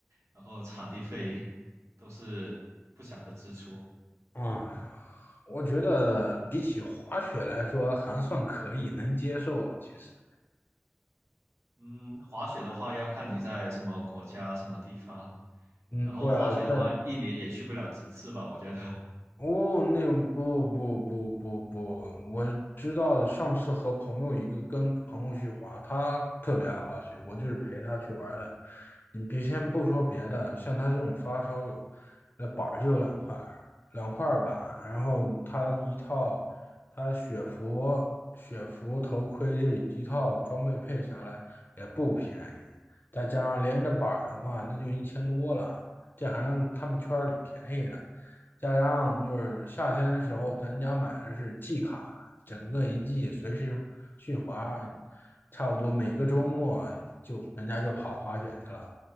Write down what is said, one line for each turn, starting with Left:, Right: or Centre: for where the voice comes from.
Right: 然后场地费都是不小的支出。
Left: 啊，我觉得比起滑雪来说，还算可以，能接受了。其实，
Right: 嗯，滑雪的话要看你在什么国家、什么地方。
Left: 嗯，
Right: 然后滑雪的话，
Left: 对啊，但
Right: 一年也去不了几次吧，我觉得。<laughs>
Left: 哦，那不不不不不，我知道的。上次和朋友一个跟朋友去滑，他特别爱滑雪，我就是陪他去玩儿的。你别先不说别的，像他这种发烧友，那板儿就有两块儿，两块儿板，然后他一套，他雪服、雪服、头盔这一套装备配下来也不便宜，再加上连着板儿的话，那就一千多了，这还是他们圈儿里便宜的。再加上就是夏天的时候，咱家买的是季卡，整个一季随时去滑，差不多每个周末就人家就跑滑雪去了。